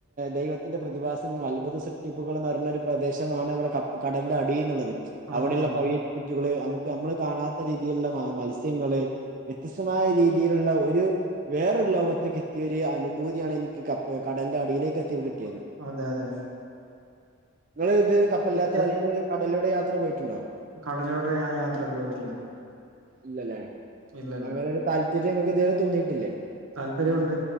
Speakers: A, on the right; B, on the right.
A: ദൈവത്തിന്റെ പ്രതിഭാസങ്ങള അത്ഭുത സൃഷ്ടിപ്പുകളും നിറഞ്ഞൊ ഒരു പ്രദേശമാണ് നമ്മടെ കപ് കടലന്റെ അടി എന്നുള്ളത്-
B: ആഹ്
A: അവിടെയുള്ള പവിഴപ്പുറ്റുകള് നമുക്ക് നമ്മള് കാണാത്ത രീതിയിലുള്ള മത്സ്യങ്ങള്- വ്യത്യസ്തമായ രീതിയിലുള്ള ഒരു- വേറൊരു ലോകത്തേക്ക് എത്തിയൊരു അനുഭൂതിയാണ് എനിക്ക് കടൽന്റെ അടിയിലേക്ക് എ
B: ആഹ് അതെ അതെ
A: നിങ്ങള് ഇത് പ്പല്ലാത്ത
B: എ-
A: അല്ലെല് കടിലൂടെ യാത്ര പോയിട്ടുണ്ടോ?
B: കടലൂടെ ഞാൻ യാത്ര പോയിട്ടില്ല.
A: ഇല്ലല്ലേ
B: ഇല്ലല്ല
A: അങ്ങനെ ഒരു താല്പര്യം ഇ ങ്ങക്ക് ഇതുവരെ തോന്നിയിട്ടില്ലേ?
B: താല്പര്യവുണ്ട്